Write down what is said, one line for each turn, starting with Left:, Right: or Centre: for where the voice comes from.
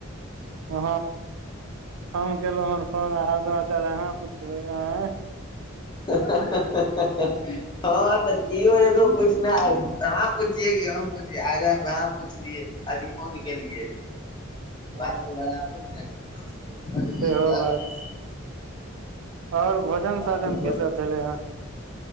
Right: हँ हम केलहुँ हन फोन आ हाल समाचार अहाँ पुछ बै आँय
Left: <unintelligible> हँ तऽ कियो एगो पूछनाहर अहाँ पुछियै की हम पुछियै आगे से तऽ अहाँ पुछलियै अथी फोन केलियै
Right: हँ
Left: बात तऽ बराबरे भए गेलै। करैेवला
Right: सेहो बात
Left: रहौ
Right: छै आओर भोजन
Left: तहन
Right: साजन
Left: आओर
Right: की सब भेलै हन